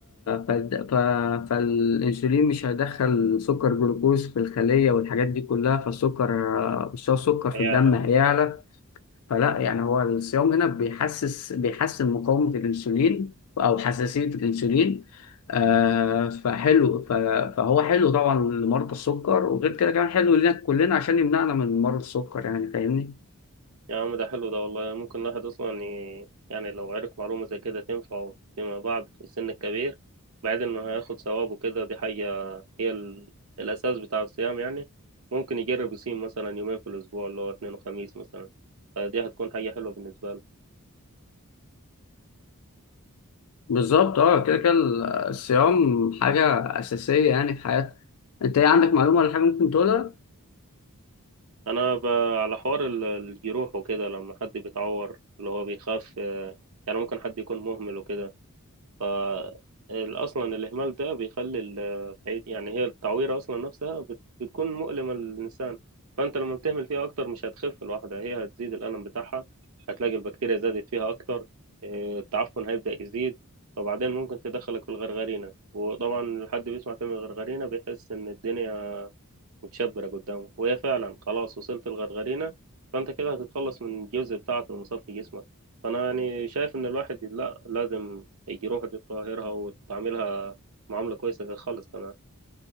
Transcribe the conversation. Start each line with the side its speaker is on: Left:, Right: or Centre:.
Left: ف... ف... فالانسولين مش هيدخل سكر جلوكوز في الخلية والحاجات دي كلها فالسكر مستوى السكر في
Right: هيعلى
Left: الدم هيعلى فلا يعني هو الصيام هنا بيحسس بيحسن مقاومة الأنسولين أو حساسية الأنسولين آه فحلو ف- فهو حلو طبعا لمرضى السكر وغير كده كمان حلو لنا كلنا عشان يمنعنا من مرض السكر يعني فاهمني
Right: يا عم ده حلو ده والله ممكن الواحد أصلا ي... يعني لو عرف معلومة زي كده تنفعه فيما بعد في السن الكبير بعد إنه هياخد ثواب وكده دي حاجة هي ال... الأساس بتاع الصيام يعني ممكن يجرب يصيم مثلا يومين في الأسبوع اللي هو اثنين وخميس مثلا فدي هتكون حاجة حلوة بالنسبة له
Left: بالظبط اه كده كده الصيام حاجة أساسية يعني في حياتنا أنت إيه عندك معلومة ولا حاجة ممكن تقولها؟
Right: أنا ب... على حوار ال- الجروح وكده لما حد بيتعور اللي هو بيخاف آه، يعني ممكن حد يكون مهمل وكده ف ال- اصلا الاهمال ده بيخلي ال- بعيد يعني هي التعويره اصلا نفسها بت- بتكون مؤلمه للانسان فانت لما بتهمل فيها اكتر مش هتخف الواحده هي هتزيد الالم بتاعها هتلاقي البكتيريا زادت فيها اكتر إيه، التعفن هيبدا يزيد فبعدين ممكن تدخلك في الغرغرينه وطبعا الحد بيسمع كلمه غرغرينه بيحس ان الدنيا متشبرة قدامه وهي فعلا خلاص وصلت الغرغرينة فأنت كده هتتخلص من الجزء بتاعك المصفي جسمك فأنا يعني شايف إن الواحد لا لازم يروح يطهرها وتعملها معاملة كويسة كده خالص كمان